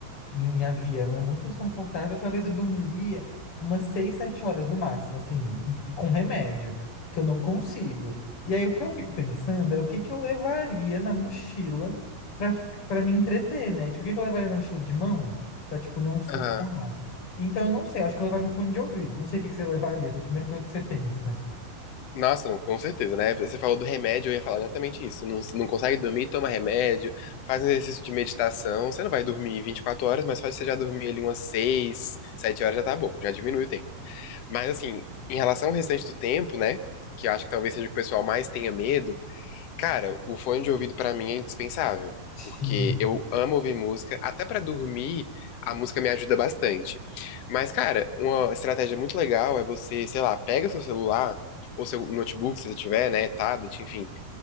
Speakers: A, on the left; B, on the left.
A: em avião é muito desconfortável. Talvez eu dormiria umas seis, sete horas no máximo, assim, com remédio, que eu não consigo. E aí o que eu fico pensando é o que que eu levaria na mochila para para me entreter, né? Tipo, o que que eu levaria na mochila de mão para tipo não surtar?
B: Aham.
A: Então eu não sei, eu acho que eu levaria um fone de ouvido. Não sei o que que você levaria, assim, a primeira coisa que você pensa.
B: Nossa, não, com certeza, né? Você falou do remédio, eu ia falar exatamente isso. Não, não consegue dormir, toma remédio, faz um exercício de meditação. Você não vai dormir 24 horas, mas só de você já dormir ali umas 6, 7 horas já tá bom, já diminui o tempo. Mas assim, em relação ao restante do tempo, né? Que eu acho que talvez seja o que o pessoal mais tenha medo, Cara, o fone de ouvido pra mim é indispensável,
A: Sim.
B: porque eu amo ouvir música, até pra dormir, a música me ajuda bastante. Mas, cara, uma estratégia muito legal é você, sei lá, pega seu celular ou seu notebook, se você tiver, né, tablet, enfim,